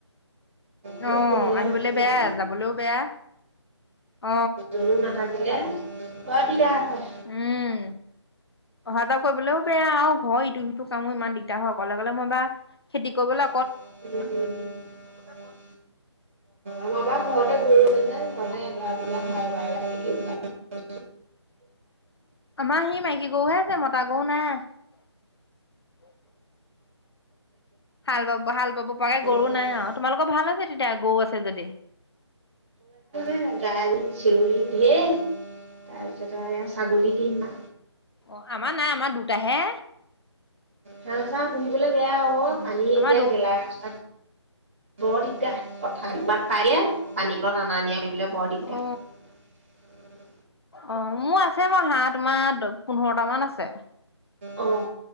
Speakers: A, on the right (about 25°); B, on the left (about 55°).
A: ঘৰত
B: অ'
A: সুবিধা
B: আহিবলে
A: নাথাকিলে
B: বেয়া, যাবলেও বেয়া। অ'।
A: জুনু নাথাক কিলে <unintelligible> দিগদাৰ হয়।
B: উম অহা যোৱা কৰিবলেও বেয়া আৰু ঘৰ ইটো-সিটো কামো ইমান দিগদাৰ হয়, অকলে কলে মই বা খেতি কৰিবলে
A: <inaudible> <inaudible>
B: আমাৰ সেই মাইকী গৰুহে আছে মতা গৰু নাই। হাল বাব, হাল বাব পৰাকে গৰু
A: যায়।
B: নাই আও। অ' তোমালোকৰ ভাল হৈছে তেতিয়া গৰু আছে যদি।
A: গালি, চিঞৰি ধেৰ তাৰপিছতে, ছাগলী দিম বা।
B: অ, আমাৰ নাই আমাৰ দুটাহে।
A: হাহ, চাহ পুহিবলে বেয়া অ,
B: উম
A: পানী
B: আমাৰ
A: এতিয়া
B: দু
A: গেলা ৰাস্তাত বৰ দিগদা, পথা সিপাত পায় গে পানী খনত অনা নিয়াব কৰিবলে বৰ দিগদাৰ।
B: অ অ, মোৰ আছে মই, হাঁহ তোমাৰ। পোন্ধৰটামান আছে,
A: অ'